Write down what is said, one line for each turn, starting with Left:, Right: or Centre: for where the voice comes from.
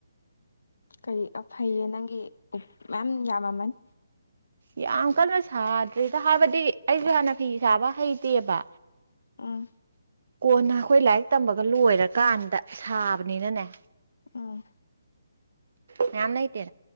Left: ꯀꯔꯤ ꯐꯩꯌꯦ ꯅꯪꯒꯤ ꯃꯌꯥꯝ ꯌꯥꯝꯃꯝꯃꯅꯤ꯫
Right: ꯌꯥꯝ ꯀꯟꯅ ꯁꯥꯗ꯭ꯔꯤꯗ ꯍꯥꯏꯕꯗꯤ ꯑꯩꯁꯨ ꯍꯥꯟꯅ ꯐꯤ ꯁꯥꯕ ꯍꯩ ꯇꯦꯕ
Left: ꯎꯝ
Right: ꯀꯣꯟꯅ ꯑꯩꯈꯣꯏ ꯂꯥꯏꯔꯤꯛ ꯇꯝꯕꯒ ꯂꯣꯏꯔꯀꯥꯟꯗ ꯁꯥꯕꯅꯤꯅꯅꯦ꯫
Left: ꯎꯝ꯫
Right: ꯀꯅꯥꯝ ꯂꯩꯇꯦ꯫